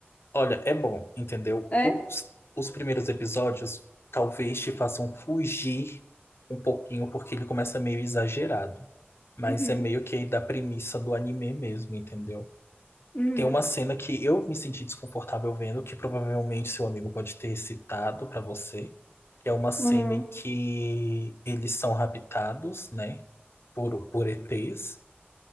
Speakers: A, on the left; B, on the left.
A: Olha, é bom, entendeu?
B: É?
A: Os, os primeiros episódios talvez te façam fugir um pouquinho, porque ele começa meio exagerado. Mas
B: Uhum,
A: é meio que da premissa do anime mesmo, entendeu?
B: uhum,
A: Tem uma cena que eu me senti desconfortável vendo, que provavelmente seu amigo pode ter citado pra você, que é uma cena
B: uhum,
A: em que eles são raptados, né, por, por ETs,